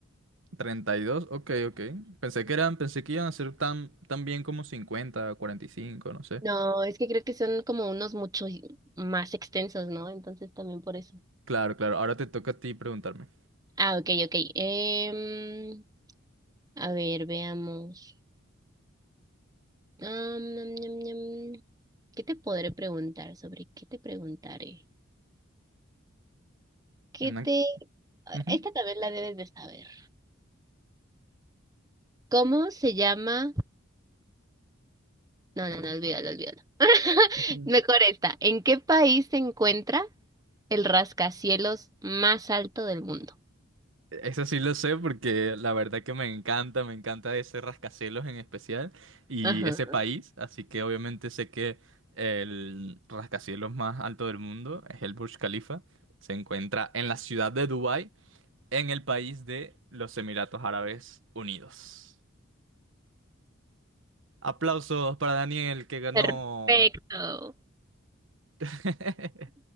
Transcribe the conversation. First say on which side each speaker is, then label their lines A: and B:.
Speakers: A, on the right; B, on the right.
A: Treinta y dos. ok, ok. Pensé que eran, pensé que iban a ser tan, tan bien como cincuenta, cuarenta y cinco, no sé.
B: No, es que creo que son como unos mucho más extensos, ¿no? Entonces también por eso.
A: Claro, claro. Ahora te toca a ti preguntarme.
B: Ah, ok, ok. Em, a ver, veamos. Am, nam, ñam, ñam. ¿Qué te podré preguntar? ¿Sobre qué te preguntaré? ¿Qué
A: No-
B: te...
A: ujú,
B: Esta también la debes de saber. ¿Cómo se llama? No, no, no, olvídalo, olvídalo.
A: ujú.
B: <laughs> Mejor esta. ¿En qué país se encuentra el rascacielos más alto del mundo?
A: Eso sí lo sé porque la verdad que me encanta, me encanta ese rascacielos en especial y
B: Ajá.
A: ese país, así que obviamente sé que el rascacielos más alto del mundo es el Burj Khalifa, se encuentra en la ciudad de Dubái, en el país de los Emiratos Árabes Unidos. Aplausos para Daniel que ganó.
B: Perfecto.
A: <laughs>